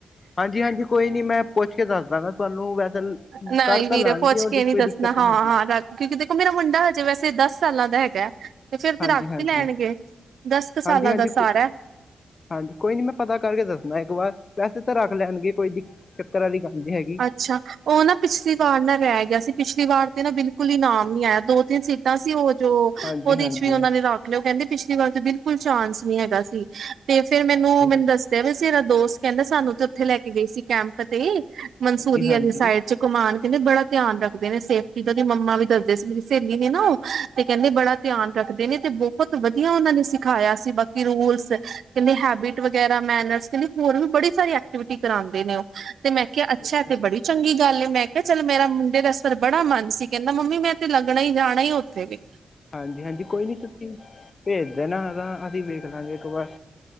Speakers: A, on the left (about 50°); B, on the right (about 75°).
A: ਹਾਂਜੀ, ਹਾਂਜੀ ਕੋਈ ਨੀ ਮੈਂ ਪੁੱਛ ਕੇ ਦੱਸ ਦਾਂਗਾ <unintelligible>
B: ਨਹੀਂ
A: ਕਰ ਤਾਂ
B: ਵੀਰੇ
A: ਲੈਣਗੇ
B: ਪੁੱਛ
A: ਉਹਦੀ
B: ਕੇ
A: ਕੋਈ
B: ਨੀ ਦੱਸਣਾ
A: ਦਿੱਕਤ
B: ਹਾਂ
A: ਨੀ ਹੈਗੀ।
B: ਹਾਂ ਰੱਖ ਕੇ ਕਿਤੇ ਮੇਰਾ ਮੁੰਡਾ ਹਜੇ ਵੈਸੇ ਦਸ ਸਾਲਾਂ ਦਾ ਹੈਗੇ ਤੇ ਫੇਰ ਤੇ
A: ਹਾਂਜੀ-ਹਾਂਜੀ,
B: ਰੱਖ ਵੀ ਲੈਣਗੇ
A: ਹਾਂਜੀ-ਹਾਂਜੀ
B: ਦਸ ਕ ਸਾਲਾਂ
A: ਹਾਂਜੀ ਹਾਂਜੀ
B: ਦਾ ਸਾਰਾ
A: ਕੋ ਹਾਂਜੀ ਕੋਈ ਨੀ ਮੈਂ ਪਤਾ ਕਰਕੇ ਦੱਸਣਾ ਇੱਕ ਵਾਰ ਵੈਸੇ ਤਾਂ ਰੱਖ ਲੈਣਗੇ ਕੋਈ ਚੱਕਰ ਆਲੀ ਗੱਲ ਨਹੀਂ ਹੈਗੀ
B: ਅੱਛਾ ਉਹ ਨਾ ਪਿਛਲੀ
A: ਹਾਂਜੀ-ਹਾਂਜੀ।
B: ਵਾਰ ਨਾ ਰਹਿ ਗਿਆ ਸੀ ਪਿਛਲੀ ਵਾਰ ਤੇ ਨਾ ਬਿਲਕੁਲ ਹੀ ਨਾਮ ਨੀ ਆਇਆ ਦੋ-ਤਿੰਨ ਸੀਟ ਟਾ ਸੀ ਉਹ ਜੋ
A: ਹਾਂਜੀ
B: ਉਹਦੇ
A: ਹਾਂ ਹਾਂਜੀ-ਹਾਂਜੀ।
B: ਚ ਵੀ ਉਹਨਾਂ ਨੇ ਰੱ ਉਹ ਕਹਿੰਦੇ ਪਿਛਲੀ ਵਾਰ ਤੇ ਬਿਲਕੁਲ ਚਾਂਸ ਨੀ ਹੈਗਾ ਸੀ ਤੇ ਫੇਰ ਮੈਨੂੰ
A: ਹਾਂਜੀ-ਹਾਂਜੀ,
B: ਮੈਨੂੰ ਦੱਸ ਸੀ ਦੋਸਤ ਕਹਿੰਦੇ ਸਾਨੂੰ ਤੇ ਉੱਥੇ ਲੈ ਕੇ ਗਈ ਸੀ ਕੈਂਪ ਤੇ ਮਨਸੂਰੀ
A: ਹਾਂਜੀ-ਹਾਂਜੀ,
B: ਆਲੀ ਸਾਈਡ ਚ ਘੁਮਾਨ ਕਹਿੰਦੇ ਬੜਾ ਧਿਆਨ
A: ਹਾਂਜੀ-ਹਾਂਜੀ
B: ਰੱਖਦੇ
A: ਇਹ
B: ਨੇ ਸੇਫਟੀ ਦਾ ਉਹਦੇ ਮੰਮਾ ਵੀ ਦੱਸਦੇ ਸੀ ਮੇ ਸਹੇਲੀ ਨੇ ਨਾ ਉਹ ਤੇ ਕਹਿੰਦੇ ਬੜਾ ਧਿਆਨ ਰੱਖਦੇ ਨੇ ਤੇ ਬਹੁਤ ਵਧੀਆ ਉਹਨਾਂ ਨੇ ਸਿਖਾਇਆ ਸੀ ਬਾਕੀ ਰੂਲਸ ਕਹਿੰਦੇ ਹੈਬਿਟ ਵਗੈਰਾ ਮੈਨਰਸ ਕਹਿੰਦੇ ਹੋਰ ਵੀ ਬੜੀ ਸਾਰੀ ਐਕਟੀਵਿਟੀ ਕਰਾਂਦੇ ਨੇ ਉਹ ਤੇ ਮੈਂ ਅੱਛਾ
A: ਤਾਂ
B: ਇਹ ਤੇ
A: ਹੈਗਾ
B: ਬੜੀ ਚੰਗੀ ਗੱਲ ਏ ਮੈਂ ਕਿਹਾ ਚੱਲ
A: ਹਾਂਜੀ।
B: ਮੇਰਾ ਮੁੰਡੇ ਦਾ ਦਾ ਬੜਾ ਮਨ ਸੀ ਕਹਿੰਦਾ ਮੰਮੀ ਮੈਂ ਤੇ ਲੱਗਣਾ ਈ ਜਾਣਾ ਈ ਉੱਥੇ ਵੇ
A: ਹਾਂਜੀ, ਹਾਂਜੀ ਕੋਈ ਨੀ ਤੁਸੀਂ ਭੇਜ ਦੇਣਾ <unintelligible> ਅਸੀਂ ਵੇਖ ਲਾਂਗੇ ਇੱਕ ਵਾਰ